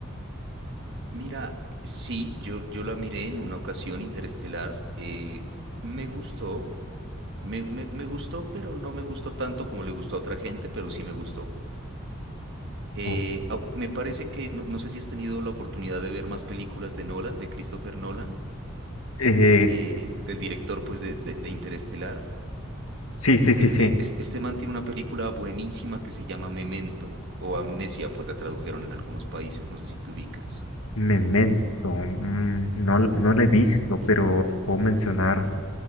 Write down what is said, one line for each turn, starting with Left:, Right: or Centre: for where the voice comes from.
Right: Mira, sí, yo, yo la miré en una ocasión interestelar, eh, me gustó, me, me me gustó, pero no me gustó tanto como le gustó a otra gente, pero sí me gustó. Eh,
Left: o-
Right: au- me parece que, no, no sé si has tenido la oportunidad de ver más películas de Nolan, de Christopher Nolan,
Left: eh,
Right: eh, del director
Left: s-
Right: pues de, de, de Interestelar.
Left: sí, sí, sí,
Right: El
Left: sí.
Right: de, es- este man tiene una película buenísima que se llama Memento o Amnesia, pues la tradujeron en algunos países, no sé si te ubicas.
Left: Memento, mm, no, no la he visto, pero puedo mencionar